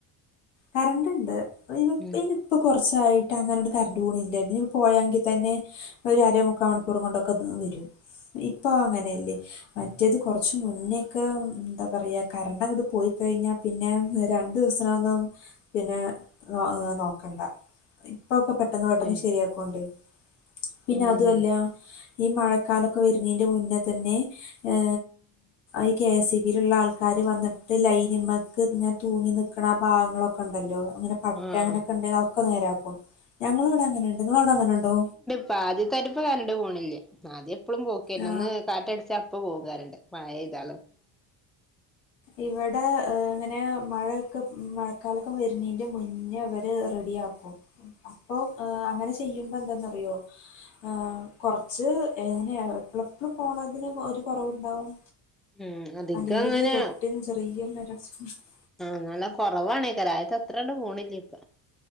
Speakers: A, on the left; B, in the centre.
A: കറന്റ്ണ്ട് ഇപ്പ അയിന് ഇപ്പയ്ന്
B: ഉം
A: ഇപ്പൊ കോർച്ചായിട്ട് അങ്ങനെട് കറന്റ് പോണില്ലല്ലേ ഇനി പോയെങ്ങിതെന്നെ ഒരു അര മുക്കാ മണിക്കൂറും കൊണ്ടൊക്കെന്ന് വെരും ഇപ്പ അങ്ങനെല്ലേ മറ്റേത് കാെറച്ച് മുന്നേക്ക എന്താ പറയാ കറന്റ് അങ്ങട്ട് പോയിക്കഴിഞ്ഞാ പിന്നെ രണ്ടു ദിവസത്ത്നൊന്നും പിന്നെ നോ നോക്കണ്ട ഇപ്പാെക്കെ പെട്ടെന്ന് പെട്ടെന്ന്
B: ഉം
A: ശരിയാക്കാേണ്ടെ പിന്നെ
B: ഉം
A: അതൊല്ല ഈ മഴക്കാലൊക്കെ വര്ഞ്ഞീന്റെ മുന്നതന്നെ ഏ് ഈ കെ എസ് ഇ ബീലുള്ള ആൾക്കാര് വന്ന്ട്ട് ലൈന് മക്ക് ഇങ്ങ തൂങ്ങി നിക്ക്ണ ആ ഭാഗങ്ങളൊക്കെ ഇണ്ടല്ലോ അങ്ങനെ പട്ടെ
B: ആഹ്
A: അങ്ങനൊക്കെ ഇണ്ടെങ്കി അഒക്കെ നേരാക്കും ഞങ്ങളവ്ടെ അങ്ങനെണ്ട് ഇങ്ങളെ അവ്ടെ അങ്ങനെണ്ടോ
B: ഇപ്പആദ്യത്താരിപ്പോ കറന്റ് പോണില്ല അദ്യ എപ്പളും പോക്കേയ്ര്ന്നു
A: ആ
B: ഒന്ന് കാറ്റടിച്ചാ അപ്പപോവും കരണ്ട് മഴെയ്താലും
A: ഇവടെ ഏഹ് ഇങ്ങനെ മഴയൊക്ക മഴക്കാലക്കം വരുന്നതിന്റെ മുന്നേ അവര് റെഡിയാക്കും അപ്പൊ ഏഹ് അങ്ങനെ ചെയ്യുമ്പോ എന്താന്നറിയോ ആഹ് കൊറച്ച് എങ്ങനെയ എപ്പളെപ്പളും പോണതിന് ഒര് കൊറവ്ണ്ടാവും
B: ഉം അധികം
A: അല്ലെങ്കില്
B: അങ്ങനെ
A: തൊട്ടിന് ചെറിയൊരു കാറ്റടിച്ചാ
B: ആഹ് നല്ല കൊറവാനേക്കാരം ആദ്യത്തത്രെണ്ട് പോണില്ല ഇപ്പ